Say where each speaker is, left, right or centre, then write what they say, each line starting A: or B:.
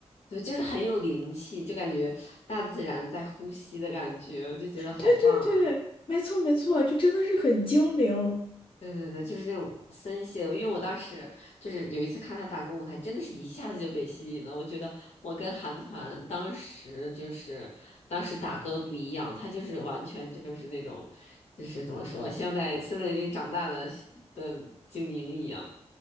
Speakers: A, on the left; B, on the left.
A: 对，就是很有灵气，就感觉大自然在呼吸的感觉，我就觉得好棒。
B: 对对对，
A: 啊。
B: 没错没错，就真的是很精灵。
A: 对对对，就是那种森系的，因为我当时就是有一次看他打歌舞台，真的是一下子就被吸引了。我觉得我跟韩团当时就是当时打歌的不一样，他就是完全就是那种，就是怎么说，像在森林里长大的的精灵一样。